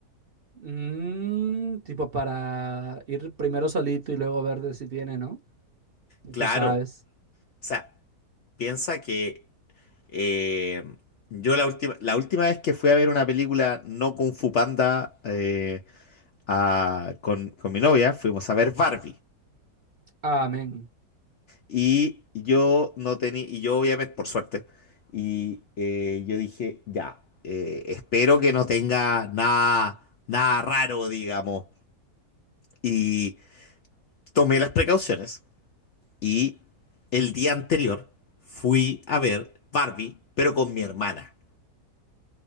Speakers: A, on the right; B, on the left.
A: Mm, tipo para ir primero solito y luego ver de si tiene, ¿no? Y
B: Claro.
A: tú sabes.
B: O sea, piensa que eh, yo la última, la última vez que fui a ver una película no Kung Fu Panda eh, a- con, con mi novia, fuimos a ver Barbie.
A: Amén.
B: Y yo no tenía, y yo obviamente, por suerte, y eh, yo dije, ya, eh, espero que no tenga nada, nada raro, digamos. Y tomé las precauciones y el día anterior fui a ver Barbie, pero con mi hermana.